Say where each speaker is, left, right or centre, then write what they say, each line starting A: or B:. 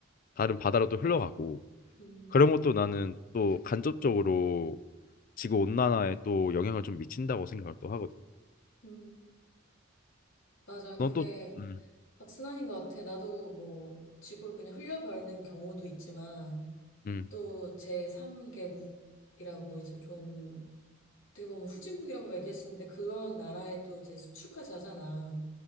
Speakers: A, on the left (about 45°); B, on the left (about 80°).
A: 다른 바다로 또 흘러가고
B: 음,
A: 그런 것도 나는 또 간접적으로 지구 온난화에 또 영향을 좀 미친다고 생각을 또 하거든.
B: 음. 맞아. 그게
A: 넌 또, 음,
B: 악순환인 것 같아. 나도 뭐, 지구를 그냥 흘려버리는 경우도 있지만,
A: 음,
B: 또 제3개국이라고 이제 좀 어떻게 보면 후진국이라고 얘기할 수 있는데 그런 나라에 또 이제 수출까지 하잖아.